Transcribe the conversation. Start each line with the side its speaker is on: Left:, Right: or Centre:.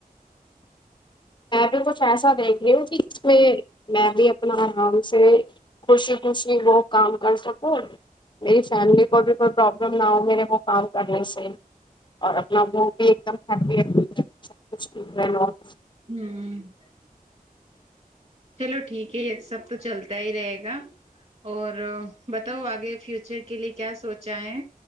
Left: میں بھی کچھ ایسا دیکھ رہی ہوں کہ اس میں میں بھی اپنا آرام سے خوشی خوشی وہ کام کر سکو میری فیملی <unintelligible> کوئی پرابلم نہ ہو میرے وہ کام کرنے سے اور اپنا وہ <unintelligible> <unintelligible> <unintelligible>
Right: ہوں چلو ٹھیک ہے یہ سب تو چلتا ہی رہے گا اور ب بتاؤ آگے فیوچر کے لیے کیا سوچا ہے